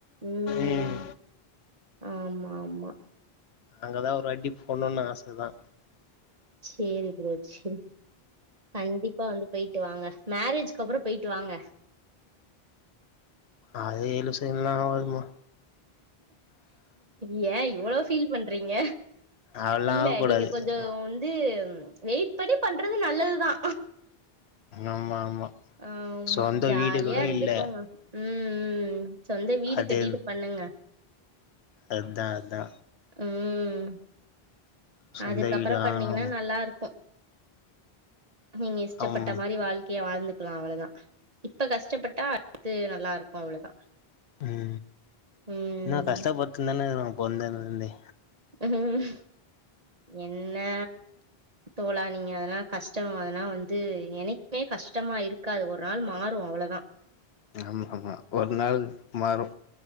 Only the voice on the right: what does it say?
உம்
ஆமா ஆமா
சேரி ப்ரோ சேரி ப்ரோ கண்டிப்பா வந்து போயிட்டு வாங்க மேரேஜ்கப்புறோ போயிட்டு வாங்க
ஏ இவ்ளோ ஃபீல் பண்றீங்க
இல்ல
நீங்க கொஞ்சோ வந்து வெயிட் பண்ணி பண்றது நல்லதுதா
ஆம்மா
ஜாலியா
இருந்துக்கோங்க
உம் உம் சொந்த வீடு
கட்டிட்டு பண்ணுங்க
உம்
அதுக்கப்றோ
பண்ணீங்கன்னா நல்லாருக்கு நீங்க இஷ்டப்பட்ட
மாரி வாழ் க்கய வாழ்ந்துக்கலா அவ்ளோதா இப்ப கஷ்டப்பட்டா அடுத்து நல்லா இருக்கு அவ்ளோதா
ம்
உம் என்னா தோழா நீங்க அதெல்லா கஷ்டம் அதெல்லா வந்து என்னைக்குமே கஷ்டமா இருக்காது ஒரு நாள் மாறும் அவ்ளதா